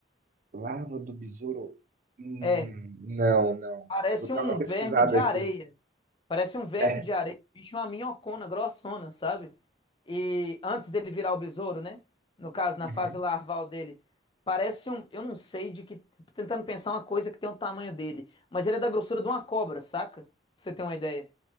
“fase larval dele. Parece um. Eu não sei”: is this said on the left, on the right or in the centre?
Left